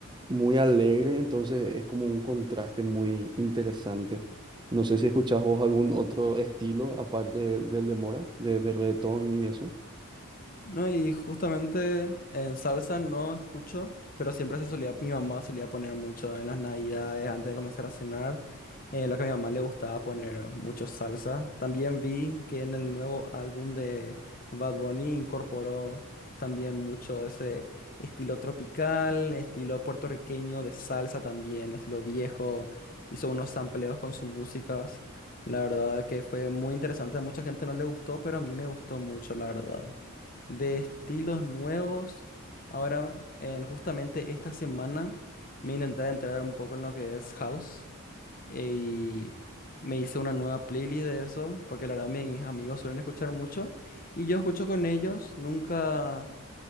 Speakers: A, on the right; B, on the left.
A: muy alegre. Entonces es como un contraste muy interesante. No sé si escuchás vos algún otro estilo aparte del de Mora, de, de reggaetón y eso.
B: No, y justamente en salsa no escucho, pero siempre se solía, mi mamá solía poner mucho en las navidades antes de comenzar a cenar. eh, lo que a mi mamá le gustaba poner mucho salsa. También vi que en el nuevo álbum de Bad Bunny incorporó también mucho ese estilo tropical, estilo puertorriqueño de salsa también, estilo viejo. Hizo unos sampleos con sus músicas. La verdad que fue muy interesante. A mucha gente no le gustó, pero a mí me gustó mucho, la verdad de estilos nuevos. Ahora, en justamente esta semana, me intenté entrar un poco en lo que es house y me hice una nueva playlist de eso, porque la verdad mis amigos suelen escuchar mucho y yo escucho con ellos, nunca,